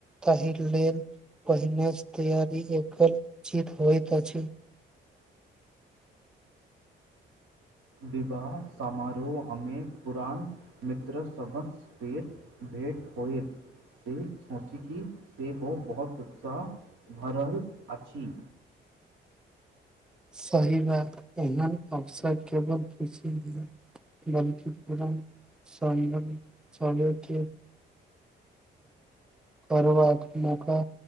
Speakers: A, in the centre; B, on the right.
A: ताहि लेल पहिनेस तैयारी देखब उचित होइत अछि।
B: विवाह समारोहमे पुरान मित्र सभस फेर भेँट होयत। से सोचीं की सेहो बहुत उत्साह भऽ रहल अछि।
A: सही बात एहन अवसर केवल खुशी <unintelligible> संगे <unintelligible> करबाक मौका